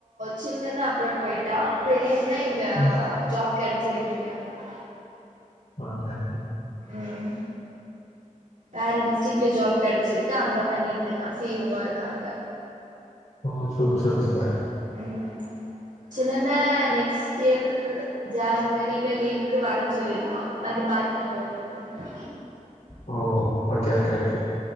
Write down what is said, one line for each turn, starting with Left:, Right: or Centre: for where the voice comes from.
Right: சின்னன்னே அப்ராடு போயிட்டா பெரியண்ணே இங்க
Left: ம்
Right: ஜாப் கெடச்சிருக்கு இங்க அவனுக்கு
Left: ஆ தேங்க்யு
Right: ம் வேற டிஸ்ட்ரிக்ல ஜாப் கெடச்சிருக்கு அங்க பண்ணிட்ருக்கா சி யு வா இருக்காங்க
Left: ஓ சூப்பர் சூப்பர் சூப்பர்
Right: ம் சின்னன்னே நெக்ஸ்ட்டியர் ஜன்வரி ரீல லீவுக்கு வர்றன்னு சொல்லிருக்கா வந்து பாத்துட்டு போறோ அப்டின்ட்டு
Left: ஓ ஓகே ஓகே ஓகே